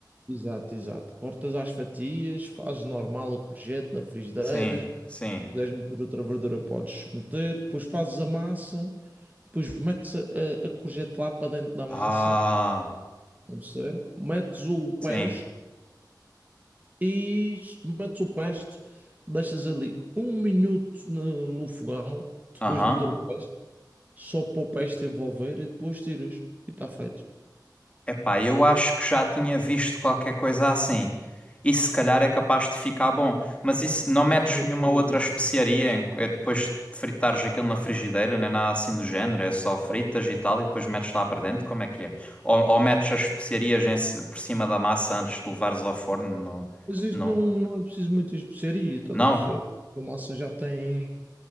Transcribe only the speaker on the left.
Sim,
sim.
Ah,
sim.
Aham.
Epá, eu acho que já tinha visto qualquer coisa assim. Isso se calhar é capaz de ficar bom, mas isso não metes
nenhuma
outra
especiaria
em- é depois de fritares aquilo na frigideira, nem nada assim do género, é só fritas e tal e depois metes lá para dentro, como é que é? Ou, ou metes as especiarias em ci- por cima da massa antes de levares ao forno? No-
Não.
Não?